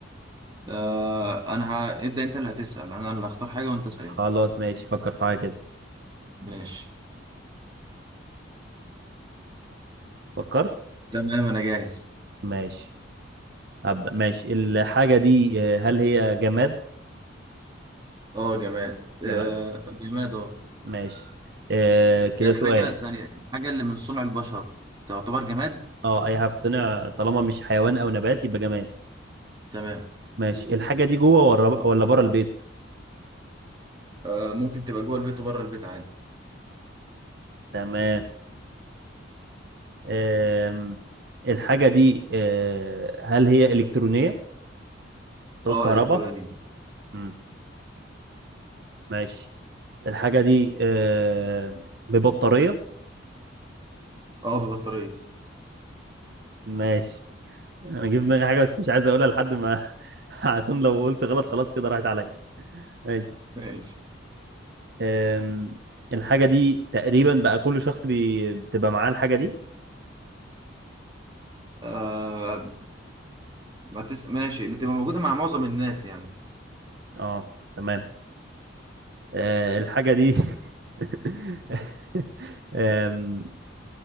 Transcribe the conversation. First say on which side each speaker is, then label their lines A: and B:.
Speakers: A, on the right; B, on the right.
A: آه انا ه... ابدأ انت اللي هتسأل انا اللي هختار حاجة وانت اسأل
B: خلاص
A: انت
B: ماشي فكر في حاجه كده
A: ماشي
B: فكرت
A: تمام انا جاهز
B: ماشي هبدا ماشي الحاجه دي اه، هل هي جماد
A: اه جماد
B: جماد
A: آه جماد اه
B: ماشي اه، كده
A: هي الحاجة
B: سؤال
A: ثانية الحاجة اللي من صنع البشر تعتبر جماد
B: اه اي حاجه بتصنع طالما مش حيوان او نبات يبقى جماد
A: تمام
B: ماشي الحاجة دي جوه ولا ولا بره البيت
A: آه ممكن تبقى جوه البيت وبره البيت عادي
B: تمام أم... الحاجة دي أه... هل هي إلكترونية بتعوز
A: اه
B: كهرباء
A: الكترونية
B: مم. ماشي الحاجة دي أه... ببطارية
A: اه ببطارية
B: ماشي أنا جبت دماغي حاجة بس مش عايز أقولها لحد ما <laughs> عشان لو قلت غلط خلاص كده راحت عليا ماشي
A: ماشي
B: أم... الحاجة دي تقريبا بقى كل شخص بي... بتبقى معاه الحاجة دي
A: آه ما تس... ماشي بتبقى موجودة مع معظم الناس يعني
B: اه تمام أه... الحاجة دي <laughs> أم،